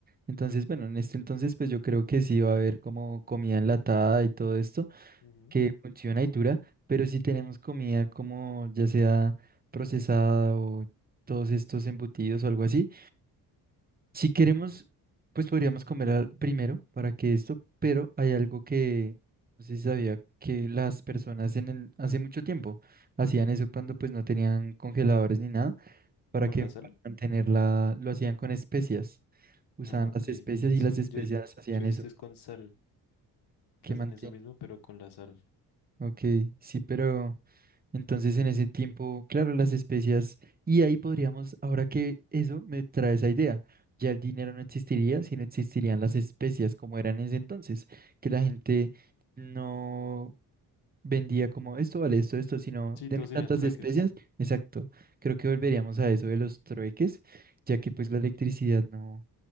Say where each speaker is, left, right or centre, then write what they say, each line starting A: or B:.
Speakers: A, on the right (about 25°); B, on the left (about 75°).
A: Entonces, bueno, en este entonces, pues yo creo que sí va a haber como comida enlatada y todo esto
B: Ujú.
A: que funciona y dura, pero si tenemos comida como ya sea procesada o todos estos embutidos o algo así si queremos, pues podríamos comer al- primero para que esto, pero hay algo que no sé si sabía que las personas en el, hace mucho tiempo hacían eso cuando pues no tenían congeladores ni nada, para
B: ¿Con
A: que
B: la sal?
A: para mantenerla, lo hacían con especias, usaban
B: Ah, ok.
A: las especias
B: Sí,
A: y las especias
B: yo, yo
A: hacían
B: he visto
A: eso,
B: es con sal,
A: que
B: que hacen
A: mantiene.
B: eso mismo, pero con la sal.
A: Ok, sí, pero Entonces, en ese tiempo, claro, las especias, y ahí podríamos, ahora que eso me trae esa idea, ya el dinero no existiría, sino existirían las especias como eran en ese entonces, que la gente no vendía como esto vale esto, esto, sino
B: Sí,
A: deme
B: todos serían
A: tantas
B: trueques.
A: especias. Exacto, creo que volveríamos a eso de los trueques, ya que pues la electricidad no,